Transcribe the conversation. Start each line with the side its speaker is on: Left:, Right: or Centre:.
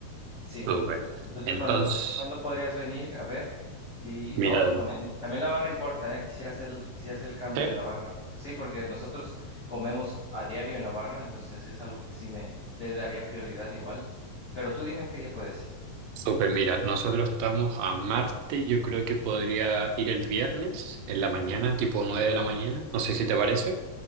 Left: Sí.
Right: Súper.
Left: Entonces,
Right: Entonces,
Left: cuando cuándo podrías venir? A ver. Y
Right: mira,
Left: no, también también, la barra importa, ¿eh? Quisiera hacer, quisiera hacer el cambio
Right: ¿sí?
Left: de la barra. Sí, porque nosotros comemos a diario en la barra, entonces es algo que sí me le daría prioridad igual. Pero tú dime qué día puedes.
Right: Súper, mira, nosotros estamos a Marte, yo creo que podría ir el viernes en la mañana, tipo 9 de la mañana, no sé si te parece,